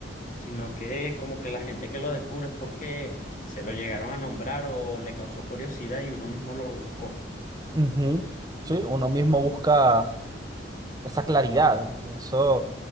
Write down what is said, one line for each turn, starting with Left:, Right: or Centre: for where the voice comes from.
Left: sino que como que la gente que lo descubre es porque se lo llegaron a nombrar o le causó curiosidad y uno mismo lo buscó.
Right: Ujú. Sí, uno mismo busca esa claridad. Eso.